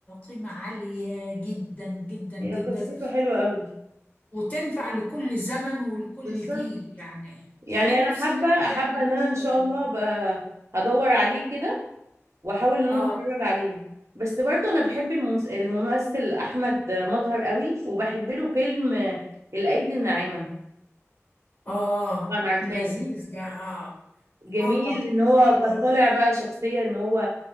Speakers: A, on the left; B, on the right.
A: قيمة عالية جدا جدا جدا
B: هي قصته حلوه قوي
A: وتنفع لكل زمن ولكل
B: بالظبط
A: جيل يعني
B: يعني
A: أنا نفسي
B: انا حابه
A: حد
B: حابه
A: يعمل
B: ان انا
A: حاجة
B: ان شاء
A: زي
B: الله
A: كده
B: ابقى هدور عليه كده واحاول ان
A: آه
B: انا اتفرج عليه بس برضه انا بحب الممس- الممثل احمد مظهر قوي وبحب له فيلم الايدي الناعمه
A: آه
B: طبعا عارفاه
A: لذيذ ده آه
B: جميل
A: آه
B: ان هو
A: حلوة
B: كان طالع بقى شخصية ان هو